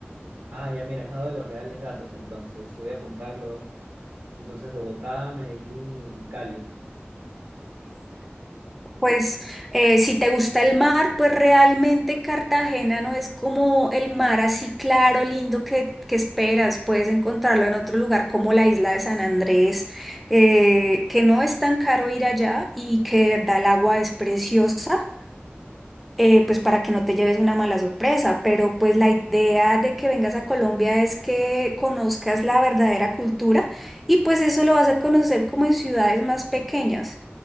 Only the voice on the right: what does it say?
Ah, ya mira, me has dado los reales datos, entonces voy a apuntarlo. Entonces, Bogotá, Medellín y, y Cali.